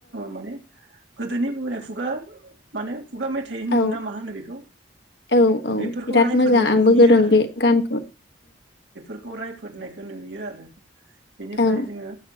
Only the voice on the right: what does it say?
माने गोदोनि बुंनाय खुगा माने खुगा मेथाइ होनो
मा होनो बेखौ
बेफोरखौ
रायफोदनायखौ
नुयो
रायफोरनायखौ नुयो आरो बेनिफ्राय
जोङो